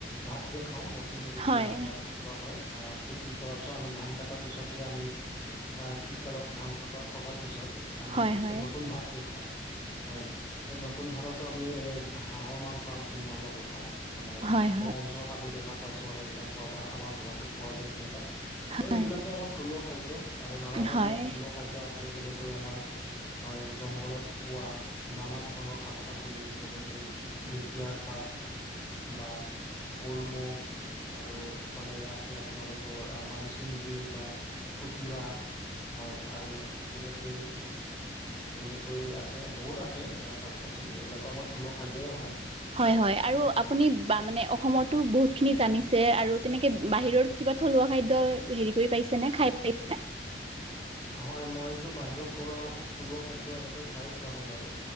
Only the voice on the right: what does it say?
হয়
হয়
হয়
হয় হয় হয়
হয়
হয়
হয়-হয়,
আৰু আপুনি বা মানে অসমৰতো বহুতখিনি জানিছে আৰু তেনেকে বাহিৰৰ- কিবা থলুৱা খাদ্য হেৰি কৰি পাইছে নে খাই পাইছে নে?